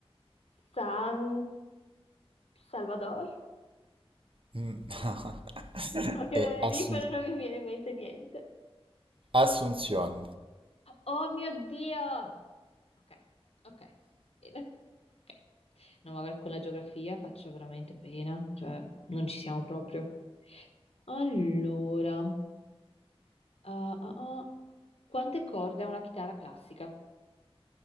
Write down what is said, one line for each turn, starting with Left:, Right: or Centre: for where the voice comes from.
Left: San Salvador?
Right: Mm, <laughs>
Left: Ma che
Right: È
Left: non
Right: Assun-
Left: è lì, però non mi viene in mente niente.
Right: Asunción.
Left: Oh mio Dio! Ok, ok, bene. ok. No, magari con la geografia faccio veramente pena, cioè non ci siamo proprio. Allora, ah, ah, ah. quante corde ha una chitarra classica?